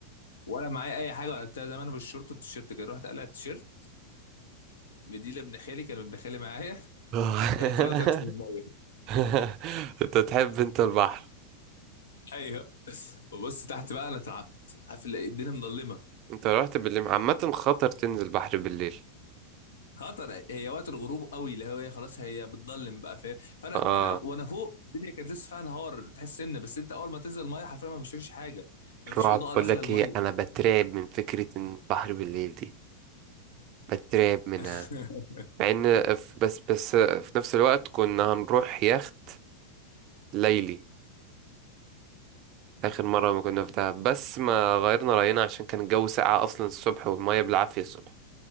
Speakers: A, on the left (about 65°); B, on the right (about 40°).
A: ولا معايا اي حاجه ولا بتاع زي ما انا بالشورت والتيشيرت كده رحت قلع التيشيرت مديله ابن خالي كان ابن خالي معايا
B: اه
A: <laughs> رحت نطت في الميه
B: <laughs> <laughs> انت تحب انت البحر
A: ايوه وبص تحت بقى انا اترعبت عارف الدنيا مظلمه
B: انت رحت بالليل عامة خطر تنزل بحر بالليل
A: خطر هي وقت الغروب قوي اللي هو إيه، خلاص هي بتضلم بقى فاهم فانا
B: اه
A: انا وانا فوق الدنيا كانت لسه فيها نهار تحس سن بس انت اول ما تنزل الميه حرفيا ما بتشوفش حاجه ما
B: الرعب
A: فيش اضاءه
B: بقول
A: داخله
B: لك
A: الميه
B: ايه انا بترعب من فكرة ان البحر بالليل دي بترعب منها
A: <laughs>
B: مع ان ف- بس بس في نفس الوقت كنا هنروح يخت ليلي اخر مرة ما كنا في دهب بس ما غيرنا رأينا عشان كان الجو ساقع اصلا الصبح والمية بالعافية الصبح